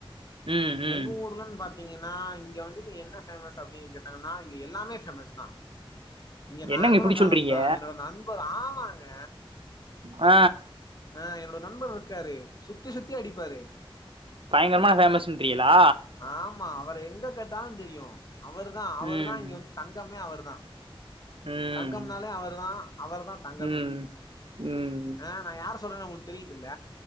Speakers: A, on the right; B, on the left.
A: ம் ம்
B: எங்க ஊர்லன்பாத் தீங்கனா இங்க வந்துட்டு என்ன பேமஸ் அப்டினு கேட்டாங்கனா இங்க எல்லாமே பேமஸ்தா இங்க நாங்களு
A: என்னங்க இப்டி
B: பேமஸ்தா
A: சொல்றீங்க
B: என்னோட நண்பர் ஆமாங்க
A: ஆ
B: ஆ என்னோட நண்பர் இர்க்காரு சுத்தி சுத்தி அடிப்பாரு
A: பயங்கரமான ஃபேமஸ்ன்றியளா
B: ஆமா அவர எங்க கேட்டாலு தெரியு அவரு தா
A: ம்.
B: அவரு தா இங்க வந்து தங்கமே அவரு தா
A: ம்.
B: தங்கம்னாலே அவரு தா அவரு தா தங்கமே
A: ம். ம்.
B: ஆ நா யார சொல்றேனு உங்ளுக் தெரிதுல